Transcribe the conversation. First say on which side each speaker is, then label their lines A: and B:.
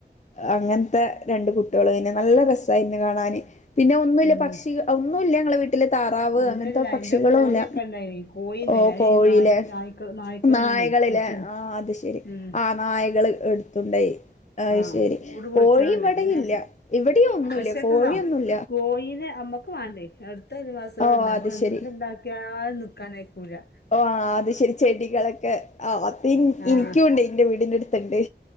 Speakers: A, on the left (about 40°); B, on the left (about 65°).
A: അങ്ങനത്തെ രണ്ട് കുട്ടികളോയിനു. നല്ല രസായിനു കാണാന്. പിന്നെ ഒന്നൂല്ല
B: ഉം
A: പക്ഷികള് ഒന്നൂല്ല ഞങ്ങൾടെ വീട്ടില്. ട്ടില് താറാവ്
B: ഇല്ലല്ല
A: അങ്ങനത്തെ പക്ഷികളുല്ല.
B: അയിന്റെ കോഴിയൊക്കെ ഇണ്ടായിനി കോഴി ഇണ്ടായിനി
A: ഓഹ്
B: അത്
A: കോഴീലെ
B: ഈ നായി നായ്ക്കൾ നായ്ക്കൾ വന്നാണ്ടേ
A: നായ്കളിലെ
B: പുടിച്ചോണ്ട്
A: ആഹ് അത് ശെരി.
B: ഉം
A: ആഹ് നായ്കള് എടുത്തുണ്ടായി. അയ്ശരി.
B: ആഹ് കൂട് പൊളിച്ചാണ്ട്
A: കോഴി ഇവിടെയെങ്ങൂല്ല.
B: പിന്നെ
A: ഇവിടെ ഒന്നുല്ല
B: പക്ഷേ
A: കോഴിയൊന്നുല്ല.
B: തിന്നോ കോഴീനെ അമ്മക്ക് വേണ്ടേനി. ഇവിടത്ത അയൽവാസികള്ണ്ട്
A: ഓ
B: നമ്മള്
A: അത് ശരി
B: എന്ത്ണ്ടാക്കി ഞാൻ നിക്കാൻ അയക്കൂല്ല.
A: ഓഹ് ആത്ശരി. ചെടികളൊക്കെ ആത്
B: ആഹ്
A: എനിക്കുണ്ട് ഇന്റെ വീടിന്റെ അട്ത്ത്ണ്ട്.